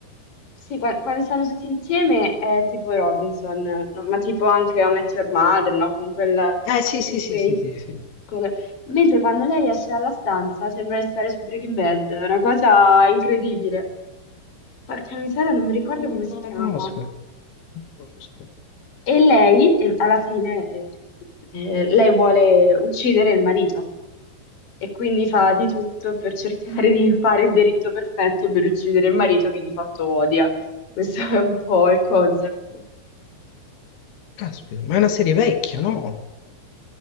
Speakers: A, on the left; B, on the left.
A: Sì, qua- quando stanno tutti insieme è tipo i Robinson, no? Ma tipo anche How I Met Your Mother, no? Con quel,
B: Eh sì
A: con
B: sì sì
A: quei...
B: sì sì sì,
A: col- Mentre quando lei esce dalla stanza sembra di stare su Breaking Bad, è una cosa incredibile. Porca miseria, non mi ricordo
B: no, non,
A: come si
B: non
A: chiama.
B: la conosco, non la conosco.
A: E lei, eh, alla fine, eh, eh, lei vuole uccidere il marito e quindi fa di tutto per cercare di fare il delitto perfetto per uccidere il marito che di fatto odia. Questo è un po' il concept.
B: Caspita, ma è una serie vecchia, no?